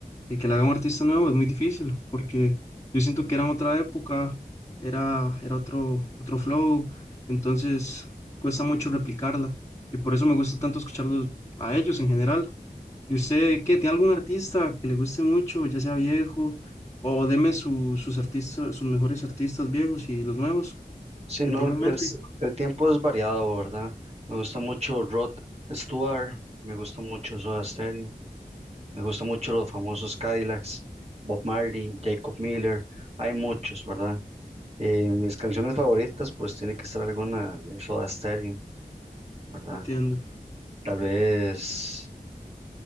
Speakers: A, on the left; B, on the right.
A: y que la haga un artista nuevo es muy difícil, porque yo siento que era en otra época, era, era otro, otro flow, entonces cuesta mucho replicarla y por eso me gusta tanto escucharlos a ellos en general. ¿Y usted qué? ¿Tiene algún artista que le guste mucho, ya sea viejo? O deme su- sus artistas, sus mejores artistas viejos y los nuevos
B: Sí, no,
A: que tengan en mente.
B: es, el tiempo es variado, ¿verdad? Me gusta mucho Rod Stewart, me gusta mucho Soda Stereo, me gusta mucho los famosos Cadillacs, Bob Marley, Jacob Miller, hay muchos, ¿verdad? Eh, mis canciones favoritas, pues tiene que estar alguna de Soda Stereo, ¿verdad?
A: Entiendo.
B: Tal vez